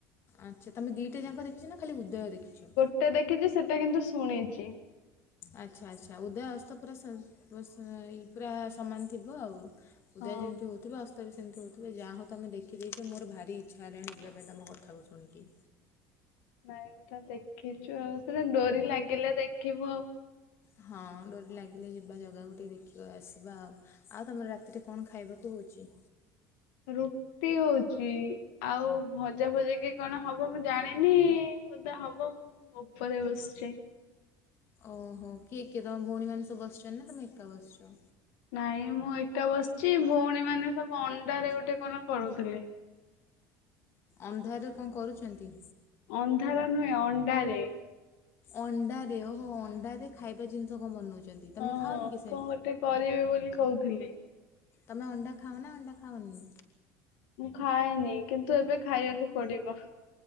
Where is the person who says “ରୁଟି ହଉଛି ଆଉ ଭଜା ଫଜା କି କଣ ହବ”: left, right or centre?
Left